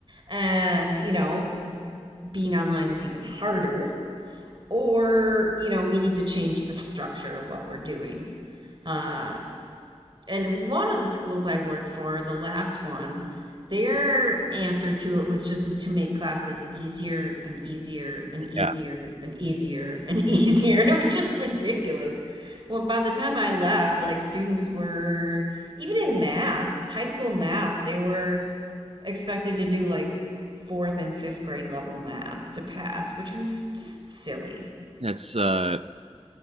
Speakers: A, on the right; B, on the right.
A: and you know being online is even harder or you know we need to change the structure of what we're doing uh, and one of the schools I worked for, the last one, their answer to it was just to make classes easier and easier and easier
B: yeah,
A: and easier and easier. <laughs> And it was just ridiculous. Well, by the time I left, like students were, even in math, high school math, they were expected to do like fourth and fifth grade level math to pass, which was just silly.
B: that's a uh,